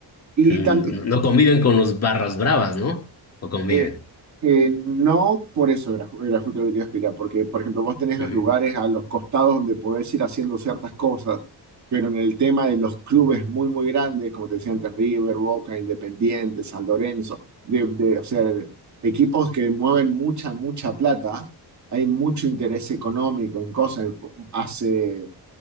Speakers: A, on the right; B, on the left.
A: Y
B: mm,
A: tam-
B: no conviven con los barras bravas, ¿no? O conviven.
A: Eh, eh, no por eso era, ju- era justo lo que te iba a explicar, porque, por ejemplo, vos tenés
B: Ujú.
A: los lugares a los costados donde podés ir haciendo ciertas cosas, pero en el tema de los clubes muy, muy grandes, como te decía antes, River, Boca, Independiente, San Lorenzo, de, de- o sea, de- equipos que mueven mucha, mucha plata, hay mucho interés económico en cosas. Hace